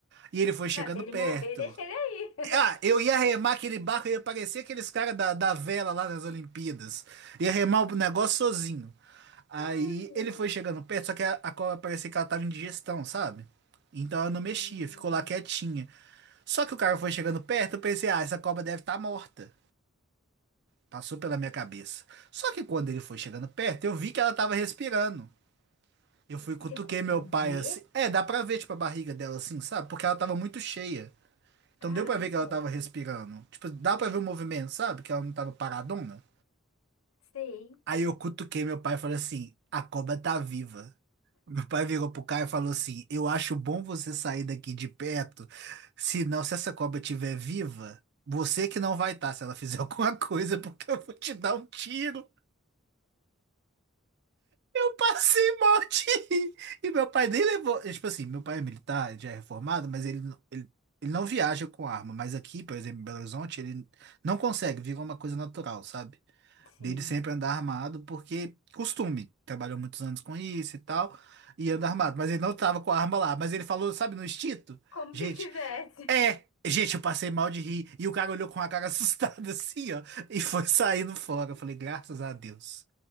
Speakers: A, on the right (about 55°); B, on the left (about 80°).
A: E ele foi chegando
B: Ah, se ele
A: perto.
B: morrer, deixa ele aí.
A: Ah, eu ia remar aquele barco, eu ia parecer aqueles caras da, da vela lá nas Olimpíadas. Ia remar o negócio sozinho. Aí
B: Ai,
A: ele
B: ai.
A: foi chegando perto, só que a, a cobra parecia que ela tava em digestão, sabe? Então ela não mexia,
B: Hum,
A: ficou lá quietinha. Só que o cara foi chegando perto, eu pensei, ah, essa cobra deve estar morta. Passou pela minha cabeça. Só que quando ele foi chegando perto, eu vi que ela tava respirando. Eu fui,
B: você
A: cutuquei
B: conseguiu
A: meu pai
B: ver?
A: assim. É, dá pra ver, tipo, a barriga dela assim, sabe? Porque ela tava muito cheia. Então
B: Caramba,
A: deu pra ver que ela tava respirando. Tipo, dá pra ver o movimento, sabe? Que ela não tava paradona.
B: sei.
A: Aí eu cutuquei meu pai e falei assim: a cobra tá viva. Meu pai virou pro cara e falou assim: eu acho bom você sair daqui de perto, senão se essa cobra estiver viva, você que não vai estar se ela fizer <laughs> alguma coisa, porque eu vou te dar um tiro. Passei mal de rir. E meu pai nem levou. é, Tipo assim, meu pai é militar, já é reformado, mas ele, não- ele, ele não viaja com arma. Mas aqui, por exemplo, em Belo Horizonte, ele não consegue, virou uma coisa natural, sabe?
B: Sim.
A: Dele sempre andar armado, porque costume. Trabalhou muitos anos com isso e tal, e anda
B: Uhum.
A: armado. Mas ele não tava com a arma lá. Mas ele falou, sabe, no instinto?
B: Como
A: Gente,
B: se tivesse.
A: é, gente, eu passei mal de rir. E o cara olhou com a cara <laughs> assustada assim, ó, e foi saindo fora. Eu falei, graças a Deus.